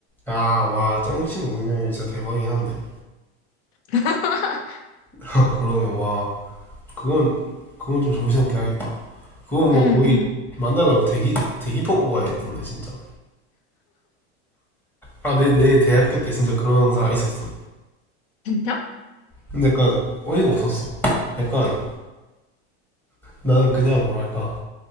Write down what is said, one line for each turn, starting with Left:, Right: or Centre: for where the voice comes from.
Centre: 야, 와, 짱친 운영명이 진짜 대박이긴 한데.
Left: <laughs>
Centre: <laughs> 그러면, 와, 그건, 그건 좀 정신없긴 하겠다. 그건 뭐
Left: 응,
Centre: 거의
Left: 응.
Centre: 만나려면 대기, 대기표 뽑아야겠던데, 진짜. 아, 내, 내 대학교 때 진짜 그런 사람 있었어.
Left: 진짜?
Centre: 근데 약간 어이가 없었어. 약간 나는 그냥 뭐랄까,